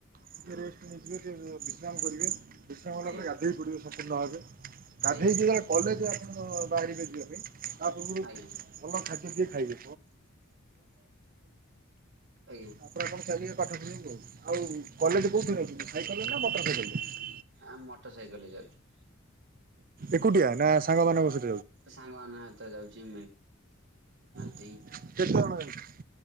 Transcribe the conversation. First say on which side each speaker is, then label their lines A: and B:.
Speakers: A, on the right; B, on the right.
A: ଟିକେ
B: ହଁ
A: ରେଷ୍ଟ୍ ନେଇଯିବେ ସେ ୱ ବିଶ୍ରାମ କରିବେ। ବିଛଣାକୁ ଗଲା
B: ଆଜ୍ଞା
A: ପରେ ଗାଧୋଇ ପଡ଼ିବେ ସମ୍ପୂର୍ଣ୍ଣ ଭାବରେ ଗାଧୋଇକି
B: ଆଜ୍ଞା
A: କଲେଜ ଆସି ମୁଁ ବାଇକ୍ ରେ ଯିବି। ଆ ପୂର୍ବରୁ
B: ଆଜ୍ଞା
A: <unintelligible> ଏ ଖାଇବେ।
B: ଆଜ୍ଞା
A: ଆପଣ କଣ ଖାଲି ଆସୁ <unintelligible> ଆଉ କଲେଜ କୋଉଥିରେ ଯାଉଛୁ, ସାଇକେଲରେ ନା ମଟର ସାଇକେଲରେ।
B: ଆମ୍ ମଟର ସାଇକେଲରେ ଯାଉଛୁ।
A: ଏକୁଟିଆ ନା ସାଙ୍ଗମାନଙ୍କ ସହ।
B: ସାଙ୍ଗ ମାନଙ୍କ ହାତ ଯାଉଛୁ। <unintelligible>
A: <unintelligible>